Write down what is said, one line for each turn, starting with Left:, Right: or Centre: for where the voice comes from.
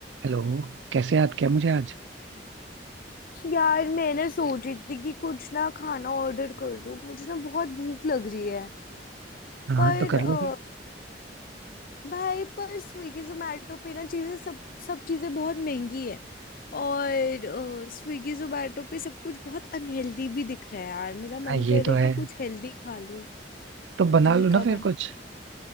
Right: Hello कैसे याद किया मुझे आज
Left: यार मैंने सोच रही थी कि कुछ ना खाना ऑर्डर कर दूं मुझे ना बहुत भूख लग रही है
Right: हाँ
Left: पर
Right: तो कर
Left: अ,
Right: लो फिर
Left: भाई पर स्विगी जोमेटो पे ना चीजें सब सब चीजें बहुत महंगी है और स्विगी जोमेटो पे सब कुछ बहुत अनहेल्दी भी दिख रहा है यार मेरा मन
Right: हाँ ये
Left: कर रहा
Right: तो
Left: है
Right: है
Left: कि कुछ हेल्दी खा लूं
Right: तो बना
Left: घर
Right: लो ना
Left: का
Right: फिर
Left: बना
Right: कुछ